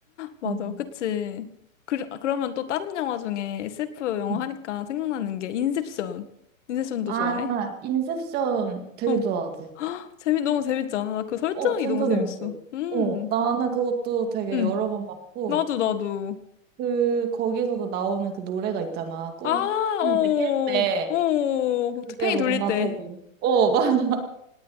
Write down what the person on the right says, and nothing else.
음.
음.
아,
인셉션 되게
좋아하지.
어, 진짜
재밌어.
어, 나는 그것도 되게
여러 번 봤고,
그, 거기서도 나오는 그 노래가 있잖아. 꿈,
꿈 이제 깰 때.
그게
뭔가
되게, 어, 맞아. <laughs>